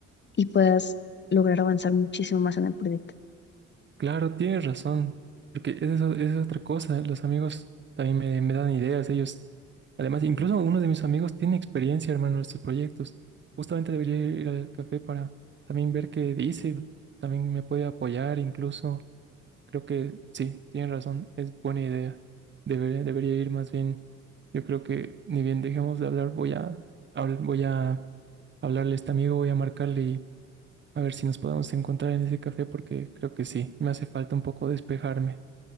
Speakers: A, on the left (about 35°); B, on the right (about 40°).
A: y puedas lograr avanzar muchísimo más en el proyecto.
B: Claro, tienes razón, porque es eso, es otra cosa. ¿eh? Los amigos también me, me dan ideas, ellos. Además, incluso uno de mis amigos tiene experiencia, hermano, en estos proyectos. Justamente debería ir al café para también ver qué dice, también me puede apoyar, incluso. Creo que sí, tienes razón, es buena idea. Debería, debería ir más bien. Yo creo que ni bien dejemos de hablar, voy a, habl- voy a hablarle a este amigo, voy a marcarle a ver si nos podemos encontrar en ese café porque creo que sí, me hace falta un poco despejarme.